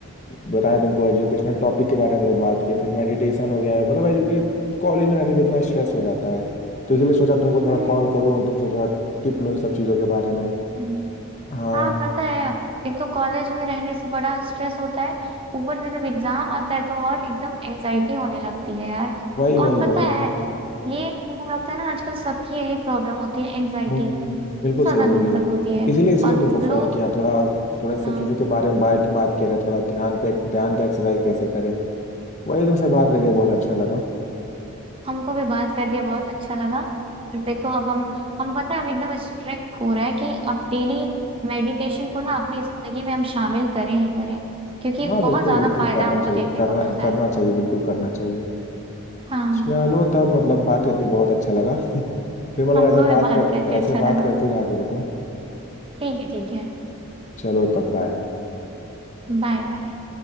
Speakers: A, on the left; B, on the right.
A: बताएं तुमको एजुकेशनल टॉपिक के बारे में हम लोग बात किए फिर मेडिटेशन हो गया मतलब एजुकेश कॉलेज में रहने से इतना स्ट्रेस हो जाता है तो इसलिए सोचा तुमको थोड़ा
B: हम्म
A: कॉल करूँ तुमसे थोड़ा टिप लूँ इस सब चीज़ों के बारे में
B: हम्म
A: हाँ
B: हाँ पता है एक तो कॉलेज में रहने से बड़ा स्ट्रेस होता है ऊपर से जब एग्जाम आता है तो और एकदम एंजाइटी होने लगती है यार
A: वही वही
B: और पता
A: वही
B: है ये हमको लगता है ना आजकल सबकी यही प्रॉब्लम होती है एंजाइटी
A: हम्म,
B: बहुत
A: बिल्कुल
B: ज्यादा
A: सही बोल
B: दिक्कत
A: रही हो
B: होती है
A: इसीलिए इसलिए
B: और
A: तुमको फोन
B: लोग
A: किया थोड़ा थोड़ा इस
B: हाँ
A: सब चीजों के बारे में बात बात किया जाए थोड़ा ध्यान पे ध्यान का एक्सरसाइज कैसे करें वही तुमसे बात करके बहुत अच्छा लगा
B: हमको भी बात करके बहुत अच्छा लगा देखो अब हम हम पता है हम एकदम स्ट्रिक्ट हो रहे हैं कि अब डेली मेडिटेशन को ना अपनी जिंदगी में हम शामिल करें ही करें क्योंकि
A: हाँ
B: बहुत
A: बिल्कुल
B: ज्यादा
A: बिल्कुल
B: फायदा
A: करना
B: हमको
A: चाहिए
B: देखने
A: करना
B: को मिलता
A: करना
B: है
A: चाहिए बिल्कुल करना चाहिए
B: हाँ
A: चलो तब मतलब बात करके बहुत अच्छा लगा <laughs> फिर मतलब
B: हमको
A: ऐसे बात
B: भी बात
A: कर
B: करके
A: ऐसे
B: अच्छा
A: बात
B: लगा
A: करती रहा करो तुम
B: ठीक है ठीक है
A: चलो तब बाय
B: Bye bye